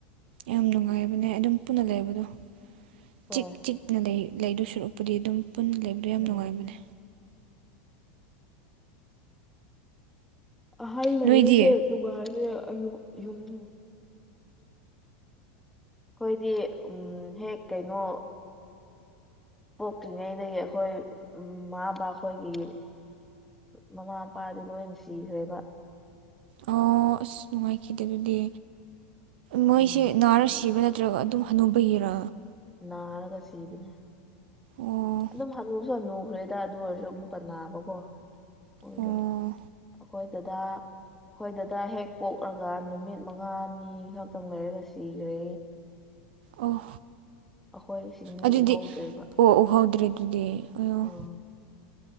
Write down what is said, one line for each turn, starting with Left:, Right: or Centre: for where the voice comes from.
Right: ꯌꯥꯝ ꯅꯨꯡꯉꯥꯏꯕꯅꯦ ꯑꯗꯨꯝ ꯄꯨꯟꯅ ꯂꯩꯕꯗꯣ
Centre: ꯍꯣꯏ
Right: ꯆꯤꯛ ꯆꯤꯛ ꯅ ꯂꯩ ꯂꯩꯗꯨ ꯁꯨꯔꯛꯄꯗꯤ ꯑꯗꯨꯝ ꯄꯨꯟꯅ ꯂꯩꯕꯗꯣ ꯌꯥꯝ
Centre: ꯎꯝ
Right: ꯅꯨꯡꯉꯥꯏꯕꯅꯦ
Centre: ꯑꯍꯜ ꯂꯩꯔꯁꯦ
Right: ꯅꯣꯏꯗꯤ
Centre: ꯗꯨꯅꯦ ꯌꯨꯝꯅꯦ ꯑꯩꯈꯣꯏꯗꯤ ꯎꯝ ꯍꯦꯛ ꯀꯩꯅꯣ ꯄꯣꯛꯇ꯭ꯔꯤꯉꯩꯗꯒꯤ ꯑꯩꯈꯣꯏ ꯎ ꯃꯥꯕ ꯑꯩꯈꯣꯏꯒꯤ ꯃꯃꯥ ꯃꯄꯥꯗꯤ ꯂꯣꯏ ꯁꯤꯈ꯭ꯔꯦꯕ
Right: ꯑꯣ ꯑꯁ ꯅꯨꯡꯉꯥꯏꯈꯤꯗꯦ ꯑꯗꯨꯗꯤ ꯃꯣꯏꯁꯦ
Centre: ꯎꯝ
Right: ꯅꯥꯔ
Centre: ꯑꯗꯨ
Right: ꯁꯤꯕ ꯅꯦ ꯅꯠꯇ꯭ꯔꯒ ꯑꯗꯨꯝ ꯍꯅꯧꯕꯒꯤꯔ
Centre: ꯅꯥꯔꯒ ꯁꯤꯕꯅꯤ
Right: ꯑꯣ
Centre: ꯑꯗꯨꯝ ꯍꯟꯅꯨꯁꯨ ꯍꯟꯅꯨꯈ꯭ꯔꯦꯗ ꯑꯗꯨ ꯑꯣꯏꯔꯁꯨ ꯑꯃꯨꯛꯀꯟꯅꯅꯥꯕꯀꯣ ꯑꯣꯏꯗꯣ
Right: ꯑꯣ
Centre: ꯑꯩꯈꯣꯏꯗꯨꯗ ꯑꯩꯈꯣꯏꯗꯗ ꯍꯦꯛ ꯄꯣꯛꯂꯒ ꯅꯨꯃꯤꯠ ꯃꯉꯥꯅꯤ ꯈꯛꯇꯪ ꯂꯩꯔꯒ ꯁꯤꯈ꯭ꯔꯦ
Right: ꯑꯣ
Centre: ꯑꯩꯈꯣꯏ ꯏꯁꯤꯡꯗꯤ
Right: ꯑꯗꯨꯗꯤ
Centre: ꯎꯍꯧꯗ꯭ꯔꯦꯕ
Right: ꯑꯣ ꯎꯍꯧꯗ꯭ꯔꯦ ꯑꯗꯨꯗꯤ ꯑꯣꯌꯣ
Centre: ꯎꯝ